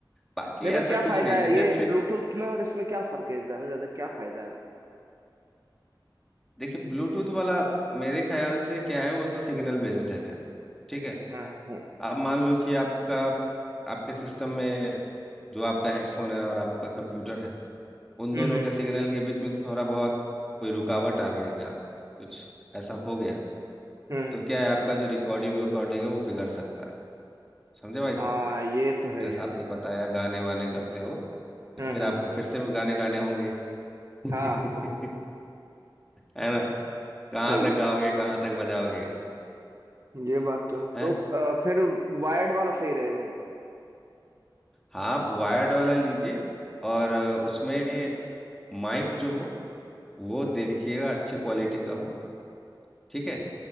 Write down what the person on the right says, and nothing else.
नहीं
पर क्या
फायदा
है ये
ब्लूटूथ में और इसमें क्या फर्क है ज्यादा से ज्यादा क्या फायदा है
हाँ हाँ
हम्म
हम्म
हम्म
हाँ
ये तो है
ये
तो
है
हाँ
हाँ
हाँ हाँ हाँ,
सही
है ये बात तो है
तो अ, फिर वायर्ड वाला सही रहेगा मतलब?